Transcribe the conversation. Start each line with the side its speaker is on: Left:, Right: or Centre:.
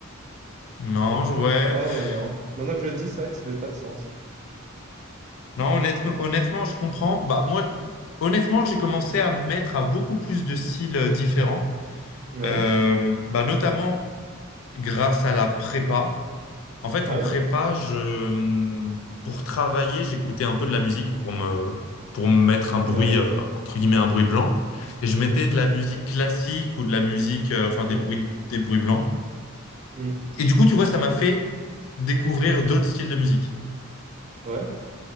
Left: Non, je- ouais.
Right: Ah
Left: pff.
Right: ouais, non. Maintenant que je le dis, c'est vrai que ça fait pas de sens.
Left: Non, honnêtement, honnêtement, je comprends. Bah, moi, honnêtement, j'ai commencé à me mettre à beaucoup plus de styles euh, différents,
Right: Ouais,
Left: Euh, bah, notamment grâce à la prépa. En fait,
Right: ah
Left: en
Right: ouais?
Left: prépa, je, pour travailler, j'écoutais un peu de la musique pour me, pour me mettre un bruit,
Right: Ouais,
Left: euh, entre guillemets, un bruit blanc. Et je mettais
Right: oui.
Left: de la musique classique ou de la musique, euh, enfin,
Right: Oh.
Left: des bruits, des bruits blancs.
Right: Mhm.
Left: Et du coup, tu vois, ça m'a fait découvrir d'autres styles de musique.
Right: Ouais.